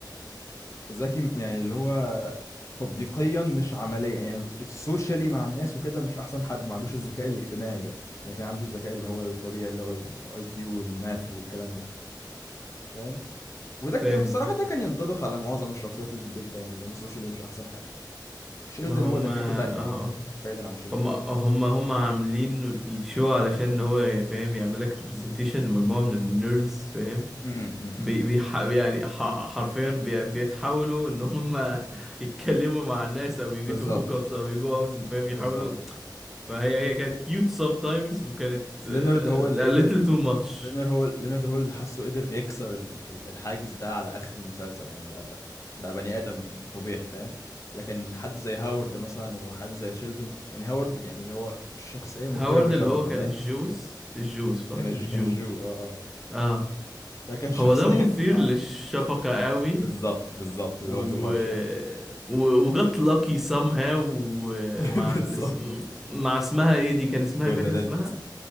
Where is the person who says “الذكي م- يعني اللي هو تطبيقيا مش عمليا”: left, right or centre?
Left